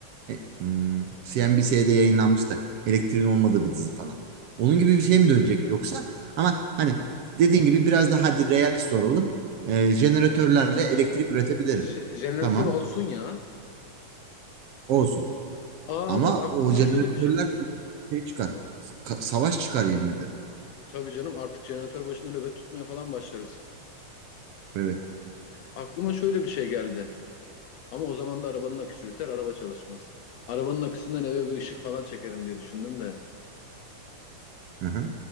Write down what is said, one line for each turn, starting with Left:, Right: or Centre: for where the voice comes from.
Right: e, hmm, CNBC'de yayınlanmıştı elektriğin olmadığı bir dizi falan. Onun gibi bir şey mi dönecek yoksa ama hani dediğin gibi biraz daha hadi realist olalım. E, jeneratörlerle elektrik üretebilirim.
Left: Je- jeneratör
Right: Tamam.
Left: olsun ya.
Right: Olsun.
Left: Aa
Right: Ama
Left: bak aklıma
Right: o jeneratörler
Left: şöyle bir şey.
Right: şey çıkar. Ka- savaş çıkar yemin ederim.
Left: Tabii canım artık jeneratör başında nöbet tutmaya falan başlarız.
Right: Evet.
Left: Aklıma şöyle bir şey geldi. Ama o zaman da arabanın aküsü biter, araba çalışmaz. Arabanın aküsünden eve bir ışık falan çekerim diye düşündüm de.
Right: Hı-hı.